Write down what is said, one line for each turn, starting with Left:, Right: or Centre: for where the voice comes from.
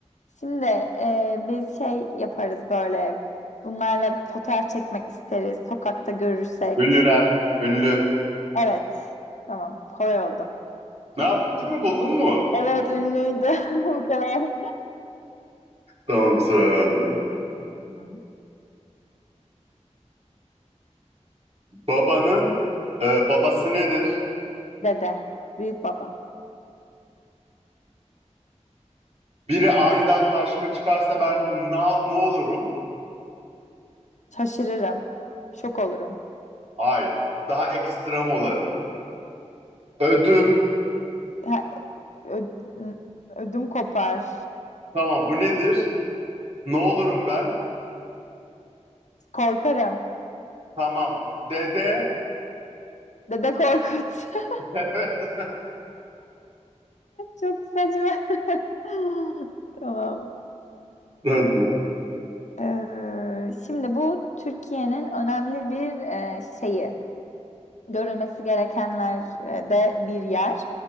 Left: Şimdi e, biz şey yaparız böyle. Bunlarla fotoğraf çekmek isteriz. Sokakta görürsek.
Right: Ünlüler. Ünlü.
Left: Evet. Tamam. Kolay oldu.
Right: Ne yap- bitti mi buldun mu?
Left: Evet ünlüydü. <laughs> Bu kadar.
Right: Tamam sıra bende.
Left: Tamam.
Right: Babanın e, babası nedir?
Left: Dede. Büyük baba.
Right: Biri aniden karşıma çıkarsa ben na, ne olurum?
Left: Şaşırırım. Şok olurum.
Right: Hayır. Daha ekstrem olanı. Ödüm.
Left: Ha, ö- ödüm kopar.
Right: Tamam bu nedir? Ne olurum ben?
Left: Korkarım.
Right: Tamam. Dede.
Left: Dede Korkut. <laughs>
Right: <laughs>
Left: Çok saçma. <laughs> Tamam.
Right: Döndü.
Left: Ee, şimdi bu Türkiye'nin önemli bir e, şeyi. Görülmesi gerekenlerde bir yer